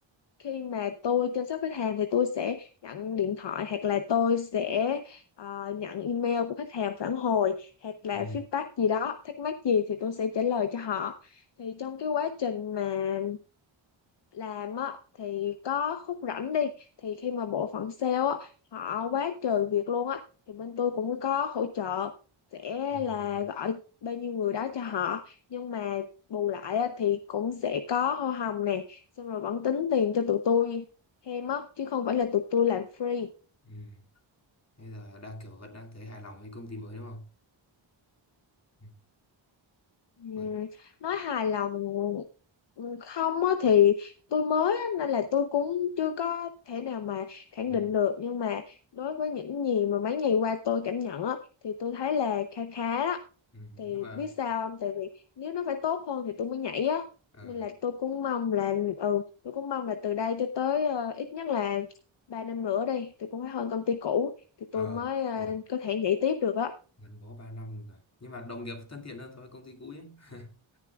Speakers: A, on the left; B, on the left.
A: khi mà tôi chăm sóc khách hàng thì tôi sẽ nhận điện thoại hoặc là tôi sẽ ờ, nhận email của khách hàng phản hồi hoặc là
B: ừ,
A: feedback gì đó thắc mắc gì thì tôi sẽ trả lời cho họ thì trong cái quá trình mà làm á thì có khúc rảnh đi thì khi mà bộ phận sale á họ quá trời việc luôn á thì bên tôi cũng có hỗ trợ sẽ
B: ừ,
A: là gọi bao nhiêu người đó cho họ nhưng mà bù lại á, thì cũng sẽ có hoa hồng nè xong rồi vẫn tính tiền cho tụi tôi thêm á chứ không phải là tụi tôi làm free
B: ừ. bây giờ đang kiểu vẫn đang thấy hài lòng với công ty mới đúng không ừ.
A: Ừm,
B: bởi
A: nói hài lòng ừm, không á thì tôi mới á, nên là tôi cũng chưa có thể nào mà khẳng
B: ừ.
A: định được nhưng mà đối với những gì mà mấy ngày qua tôi cảm nhận á thì tôi thấy là kha khá đó
B: Ừ.
A: thì
B: nhưng mà
A: biết sao không tại vì nếu nó phải tốt hơn thì tôi mới nhảy á
B: ờ
A: nên là tôi cũng mong là ừ tôi cũng mong là từ đây cho tới ờ, ít nhất là ba năm nữa đi tôi cũng phải hơn công ty cũ thì
B: ờ
A: tôi mới ờ,
B: uầy,
A: có thể nhảy tiếp được á
B: gắn bó 3 năm rồi nhưng mà đồng nghiệp thân thiện hơn so với công ty cũ ấy <laughs>